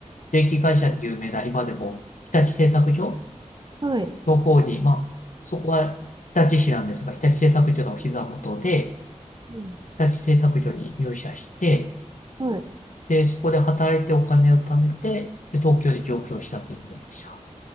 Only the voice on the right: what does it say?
はい。
うん。
はい。
うん、